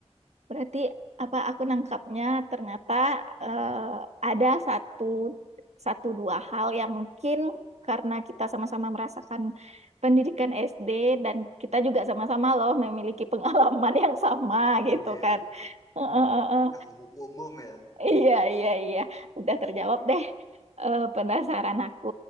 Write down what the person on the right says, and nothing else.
Berarti apa aku nangkapnya ternyata eh, ada satu satu dua hal yang mungkin karena kita sama-sama merasakan pendidikan SD dan kita juga sama-sama loh memiliki pengalaman <laughs> yang sama gitu
kan. Eh, eh, eh, eh.
Iya, iya, iya. Udah terjawab deh eh, penasaran aku.